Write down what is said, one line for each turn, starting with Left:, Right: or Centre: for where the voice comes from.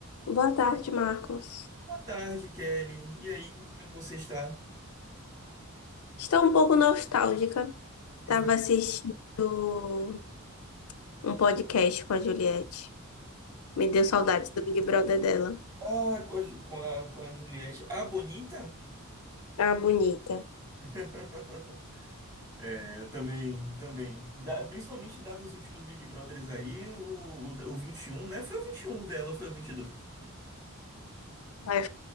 Left: Boa tarde, Marcos.
Right: Boa tarde, Kelly. E aí, como é que você está?
Left: Estou um pouco nostálgica. Estava
Right: Eu falei,
Left: assistindo um podcast com a Juliette. Me deu saudades do Big Brother dela.
Right: Ah, com a, Ju- com a, com a Juliette. Ah, bonita?
Left: A bonita.
Right: <laughs> É, eu também, também. Da- principalmente dados os últimos Big Brothers aí, o, o, da- o 21, né? Foi o 21 dela ou foi o 22.
Left: Vai,